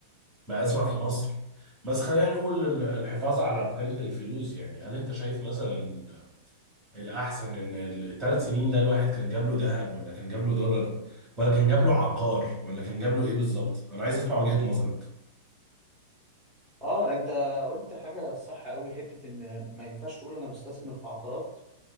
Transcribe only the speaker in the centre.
اه انت قلت حاجه صح قوي حته ان ما ينفعش تقول انا بستثمر في عقارات